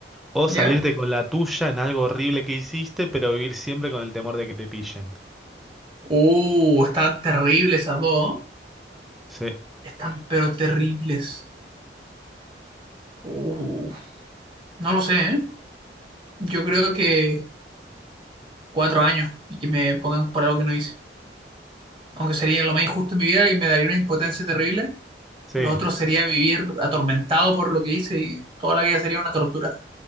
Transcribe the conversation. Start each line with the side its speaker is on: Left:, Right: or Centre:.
Centre: ¿O
Right: ¿ya?
Centre: salirte con la tuya en algo horrible que hiciste, pero vivir siempre con el temor de que te pillen?
Right: Uh, están terribles esas dos, ¿no?
Centre: Sí,
Right: Están pero terribles. Uh, no lo sé, ¿eh? Yo creo que cuatro años y que me pongan por algo que no hice. Aunque sería lo más injusto en mi vida y me daría una impotencia terrible
Centre: sí.
Right: Lo otro sería vivir atormentado por lo que hice y toda la vida sería una tortura.